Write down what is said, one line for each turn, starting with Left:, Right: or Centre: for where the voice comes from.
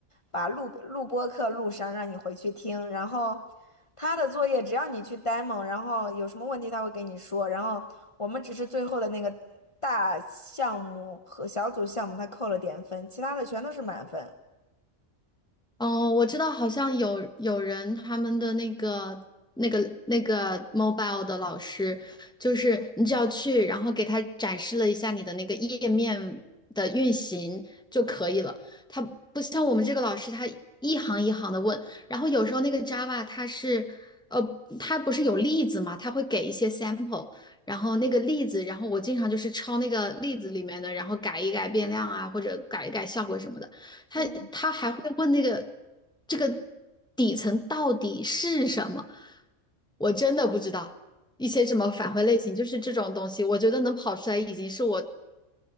Left: 把录录播课录上，让你回去听。然后他的作业只要你去 demo，然后有什么问题他会给你说。然后我们只是最后的那个大项目和小组项目，他扣了点分，其他的全都是满分。
Centre: 哦，我知道，好像有有人他们的那个那个那个 mobile 的老师，就是你只要去，然后给他展示了一下你的那个页面的运行就可以了。他不像我们这个老师，他一行一行的问，然后有时候那个 Java 它是呃，它不是有例子嘛，它会给一些 sample，然后那个例子，然后我经常就是抄那个例子里面的，然后改一改变量啊，或者改一改效果什么的。他他还会问那个
Left: 嗯
Centre: 这个底层到底是什么？我真的不知道一些什么返回类型，就是这种东西，我觉得能跑出来已经是我，